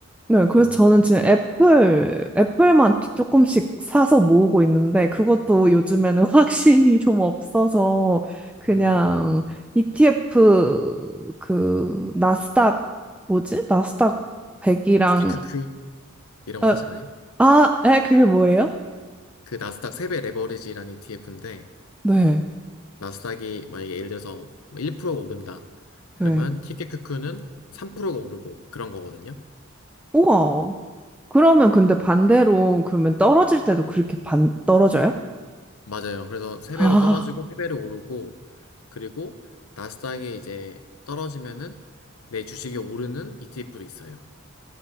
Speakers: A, in the centre; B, on the left.
A: 네, 그래서
B: 음,
A: 저는 지금 애플, 애플만 조금씩 사서 모으고 있는데 그것도 요즘에는 <laughs> 확신이 좀 없어서 그냥
B: 음,
A: ETF 그 나스닥 뭐지? 나스닥 100이랑
B: 티켓 큐큐 이런
A: 어,
B: 거 사시나요?
A: 아, 에, 그게 뭐예요?
B: 그 나스닥 3배 레버리지라는 ETF인데
A: 네,
B: 나스닥이 만약에 예를 들어서 1%가 오른다. 그러면
A: 네.
B: 티켓큐큐는 3%가 오르고 그런 거거든요.
A: 우와. 그러면 근데 반대로 그러면 떨어질 때도 그렇게 반 떨어져요?
B: 맞아요. 그래서 세배로
A: 아,
B: 떨어지고 세배로 오르고 그리고 나스닥에 이제 떨어지면은 내 주식이 오르는 ETF도 있어요.